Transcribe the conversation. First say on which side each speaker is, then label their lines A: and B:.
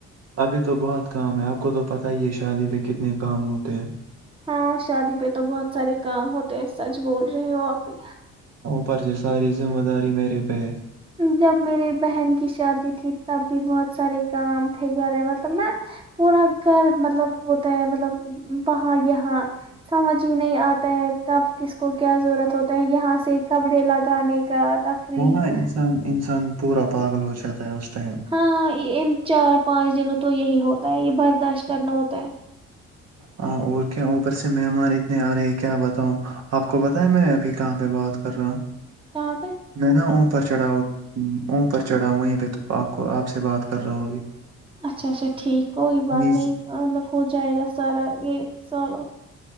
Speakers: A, on the right; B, on the right.
A: ابھی تو بہت کام ہے آپ کو تو پتہ ہی ہے شادی پہ کتنے کام ہوتے ہیں
B: ہاں شادی پہ تو بہت سارے کام ہوتے ہیں سچ بول رہی ہو آپ بھی
A: پر جو ساری ذمہ داری میرے پہ ہے
B: جب میرے بہن کی شادی تھی تب بھی بہت سارے کام تھے گھر میں مطلب نا پورا گھر مطلب ہوتا ہے مطلب اں یہاں سمجھ ہی نہیں آتا کب کس کو کیا ضرورت ہوتا ہے یہاں سے کپڑے لگانے کا تفریق
A: وہ نا انسان انسان پورا پاگل ہو جاتا ہے اس ٹائم
B: ہاں ان چار پانچ دن تو یہی ہوتا ہے یہ برداشت کرنا ہوتا ہے
A: ہاں اور کیا اوپر سے مہمان اتنے آ رہے ہیں کیا بتاؤں آپ کو بت ہے میں ابھی کہاں پہ بات کر رہا ہوں
B: کہاں پہ
A: میں نا وہ اپر چڑھاؤ اوپر چڑھاؤ وہیں پہ آپ کو آپ سے بات کر رہا ہوں ابھی
B: اچھا اچھا ٹھیک کوئی بات
A: نیچ
B: نہیں مطلب ہو جائے گا سارا یہ سالو